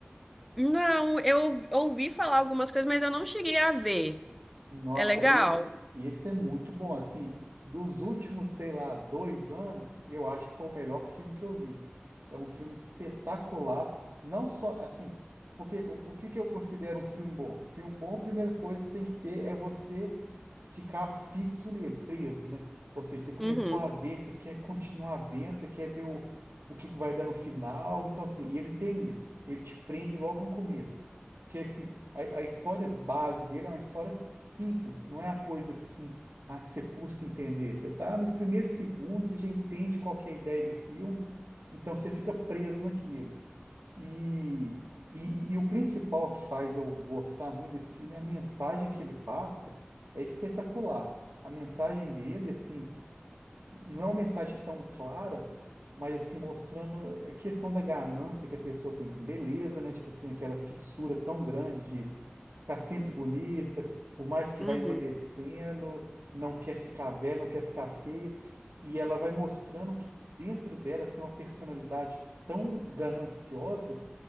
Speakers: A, in the centre; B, on the right (about 80°).
A: Não, eu ouvi falar algumas coisas, mas eu não cheguei a ver.
B: Nossa,
A: É legal?
B: e, e esse é muito bom, assim, dos últimos, sei lá, dois anos, eu acho que foi o melhor filme que eu vi. É um filme espetacular, não só, assim, porque o, o que que eu considero um filme bom? Filme bom, a primeira coisa que tem que ter é você ficar fixo nele, preso, né? Ou seja, você começou
A: Uhum,
B: a ver, você quer continuar vendo, você quer ver o, o que que vai dar no final, então, assim, e ele tem isso, ele te prende logo no começo. Porque, assim, a, a história base dele é uma história simples, não é a coisa que sim, ah, que você custa entender. Você está nos primeiros segundos, você já entende qual que é a ideia do filme, então você fica preso naquilo. E, e, e- e o principal que faz eu gostar muito desse filme é a mensagem que ele passa, é espetacular. A mensagem dele, assim, não é uma mensagem tão clara, mas assim, mostrando a questão da ganância que a pessoa tem com beleza, né? Tipo assim, aquela fissura tão grande de ficar sempre bonita, por mais que vá
A: uhum.
B: envelhecendo, não quer ficar velha, não quer ficar feia, e ela vai mostrando que dentro dela tem uma personalidade tão gananciosa